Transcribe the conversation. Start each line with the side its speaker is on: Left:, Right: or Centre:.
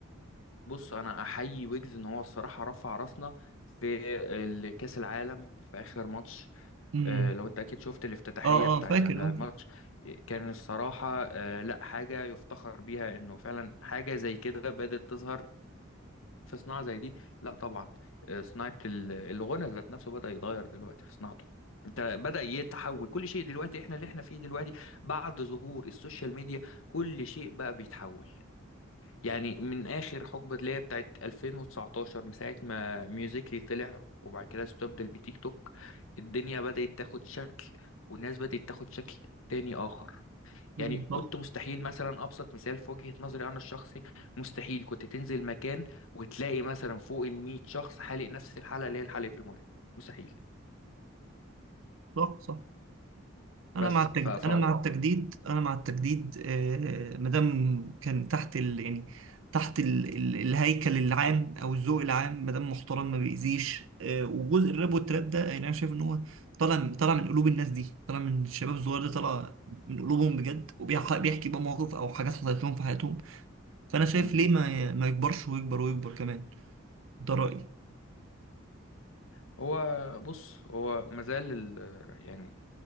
Left: بص انا احيي ويجز ان هو الصراحه رفع راسنا في ال- كاس العالم في اخر ماتش
Right: امم
Left: آه، لو انت اكيد شفت الافتتاحيه
Right: اه
Left: بتاعت
Right: اه فاكر
Left: الماتش
Right: اه
Left: كان الصراحه آه، لا حاجه يفتخر بيها انه فعلا حاجه زي كده بدات تظهر في صناعه زي دي لا طبعا آه، صناعه ال- الغنى ذات نفسه بدا يتغير دلوقتي في صناعته انت بدا يتحول كل شيء دلوقتي احنا اللي احنا فيه دلوقتي بعد ظهور السوشيال ميديا كل شيء بقى بيتحول يعني من اخر حقبه ليا بتاعت 2019 من ساعه ما ميوزيكلي طلع وبعد كده استبدل بتيك توك الدنيا بدات تاخد شكل والناس بدات تاخد شكل تاني اخر
Right: مم.
Left: يعني كنت
Right: صح
Left: مستحيل مثلا ابسط مثال في وجهه نظري انا الشخصي مستحيل كنت تنزل مكان وتلاقي مثلا فوق ال 100 شخص حالق نفس الحلقه اللي هي حلقه المولد مستحيل
Right: صح صح انا
Left: بس
Right: مع التجديد
Left: ف... ف...
Right: انا مع التجديد انا مع التجديد آه، ما دام كان تحت ال... يعني تحت ال... ال... الهيكل العام او الذوق العام ما دام محترم ما بيأذيش آه، وجزء الراب والتراب ده يعني انا شايف ان هو طالع طالع من قلوب الناس دي طالع من الشباب الصغير ده طالع من قلوبهم بجد وبيحكي بقى مواقف او حاجات حصلت لهم في حياتهم فانا شايف
Left: مم.
Right: ليه ما ما يكبرش ويكبر ويكبر كمان ده رأيي
Left: هو بص هو مازال ال- يعني